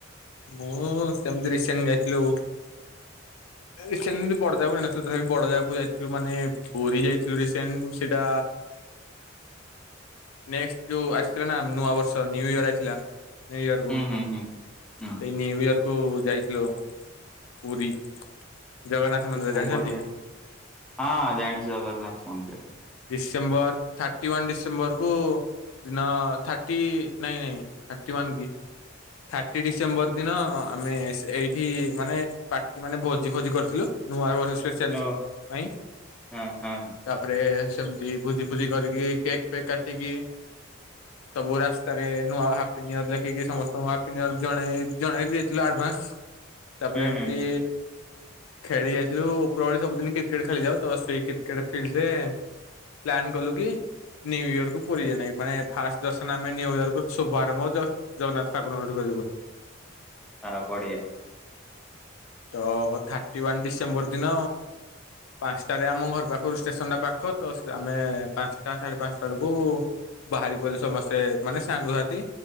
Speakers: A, on the left; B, in the centre.
A: ମୁଁ ସେମିତି ରିସେଣ୍ଟ ଯାଇଥି ରସେଣ୍ଟ ବଡଦାକୁ ଯାଇନଥିଲୁ ତଥାପି ବଡଦାକୁ ଯାଇଥିଲୁ ମାନେ ପୁରୀ ଯାଇଥିଲୁ ରିସେଣ୍ଟ ସେଟା ନେକ୍ସଟ ଯୋଉ ଆସିଥିଲା ନା ନୂଆ ବର୍ଷ ନିୁଇୟର ଆଇଥିଲା। ନୁ ୟର୍
B: ହୁଁ ହୁଁ ହୁଁ ହୁଁ
A: ସେଇ ନିୁ ୟର୍ କୁ ଯାଇଥିଲ୍। ଲୋ ପୁରୀ। ଜଗନ୍ନାଥ ମନ୍ଦିର
B: ଓହୋ
A: ଜାଣିଛନ୍ତି
B: ବଢି଼ଆ ହଁ ଜାଣିଛି ଜଗନ୍ନାଥ ମନ୍ଦିର।
A: ଡିସେମ୍ବର ଥାର୍ଟି ୱା ଡିସେମ୍ବରକୁ ଦିନ ଥାର୍ଟି ନାଇଁ ନାଇଁ ଥାର୍ଟି ୱ କି? ଥାର୍ଟି ଡିସେମ୍ବର ଦିନ ଆମେ ଏଇଠି ମାନେ ପାଟି ମାନେ ଭୋଜି ଭୋଜି କରିଥିଲୁ ନୂଆ ବର୍ଷ। ସେ
B: ଓ
A: ପାଇଁ
B: ହଁ ହଁ ହୁଁ
A: ତାପରେ ସେମତି ଭୋଜି ଫୁଜି କରିକି କେକ୍ ଫେକ୍ କାଟିକି ସବୁ ରାସ୍ତାରେ ନୂଆ ହାପି ନିର ଲେଖିକି ସମସ୍ତେ। ନୂଆ ହାପି ନିୟର ଜଣେ ଜଣେଇ ବି ଥିଲୁ ଆଡଭାନ୍ସ। ତାପରେ ଏମିତି।
B: ହୁଁ ହୁଁ
A: ଖେଳି ଯାଇଥିଲୁ ଉପର ବଳେ ସବୁଦିନ କ୍ରିକେଟ ଖେଳି ଯାଉ ତ ସେଇ କ୍ରିକେଟ ଫିଲ୍ଡରେ ପ୍ଲନ୍ କଲୁ କି ନ୍ୟୁୟର କୁ ପୁରୀ ଯିବା ପାଇଁ। ମାନେ ଫାଷ୍ଟ ଦର୍ଶନ ଆମେ ନ୍ୟୁୟର କୁ ଶୁଭ ଆାରମ୍ଭ ଜଗନ୍ନାଥ। ଠାକୁର ଘର ଗୋଟେ କରିବି ବୋଲି।
B: ହଁ ପଡ଼ିଆ।
A: ତ ଥାର୍ଟି ୱାନ୍ ଡିସେମ୍ବର ଦିନ ପାଞ୍ଚଟାରେ ଆମ ଘର ପାଖରୁ ଷ୍ଟେସନ ଟା ପାଖ ତ ଆମେ ପାଞ୍ଚଟା ସାଢେ ପାଞ୍ଚଟା ବେଳକୁ ବାହାରି ପଡ଼ିଲୁ ସମସ୍ତେ ମାନେ ସାଙ୍ଗସାଥି